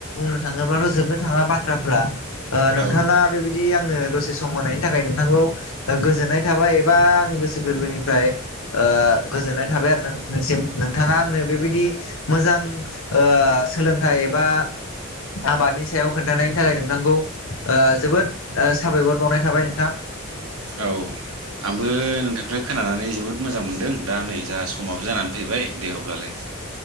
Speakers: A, on the left (about 75°); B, on the right (about 85°).
A: बुंनोथांङोब्लाथ' जोबनो थाङा बाथ्राफ्रा ओ
B: औ
A: नोंथाङा
B: औ
A: बिदि आङो दसे सम मोनायनि थाखाय नोंथांखौ ओ गोजोननाय थाबाय एबा आंनि गोसो गोरबोनिफ्राय ओ गोजोननाय थाबाय आरो नोंथांसिम नोंथाङा आंनो बेबायदि मोजां ओ सोलोंथाइ एबा आबादनि सायाव खोनथानायनि थाखाय नोंथांखौ ओ जोबोद ओ साबायखर बावनाय थाबाय नोंथां।
B: औ आंबो नोंथांनिफ्राय खोनानानै जोबोद मोजां मोनदों दा नै जोहा समाबो जानानै फैबाय दे अब्लालाय।